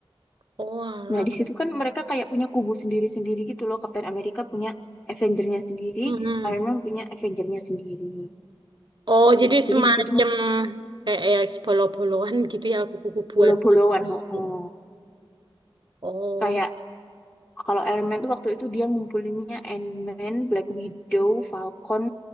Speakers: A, on the right; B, on the left.
A: Oh alah.
B: Nah, di situ kan mereka kayak punya kubu sendiri-sendiri gitu loh. Kapten Amerika punya Avenger-nya sendiri,
A: Hmm.
B: Iron Man punya Avenger-nya sendiri.
A: Oh jadi
B: Jadi
A: semacam
B: di situ
A: kayak ya bolo-boloan gitu ya, kubu-kubuan
B: Puluh-puluhan,
A: gitu.
B: ho
A: Hmm.
B: Oh.
A: Oh.
B: Kayak kalau Iron Man tuh waktu itu dia ngumpulinnya Ant-Man, Black Widow, Falcon,